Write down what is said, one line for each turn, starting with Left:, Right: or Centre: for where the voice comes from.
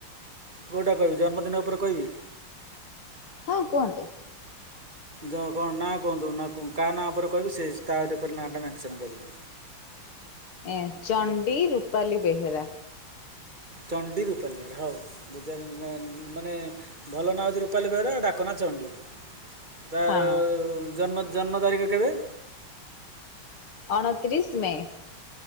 Right: କୋଉଟା କହିବି ଜନ୍ମଦିନ ଉପରେ କହିବି?
Left: ହଁ କୁହନ୍ତୁ।
Right: ଜ କଣ ନାଁ କୁହନ୍ତୁ ନା କାହା ନାଁ ଉପରେ କହିବି ସେ ତାରି ଉପରେ ନାଁ ଟା ମେନସନ କରିବି।
Left: ଏଁ ଚଣ୍ଡୀ ରୂପାଲି ବେହେରା
Right: ଚଣ୍ଡୀ ରୂପାଲି ବେହେରା ହଉ <unintelligible> ମାନେ ଭଲ ନାଁ ହଉଛି ରୂପାଲି ବେହେରା ଡାକ ନାଁ ଚଣ୍ଡୀ। ତାର
Left: ହଁ
Right: ଉ ଜନ୍ମ ଜନ୍ମ ତାରିଖ କେବେ?
Left: ଅଣତିରିଶି ମେ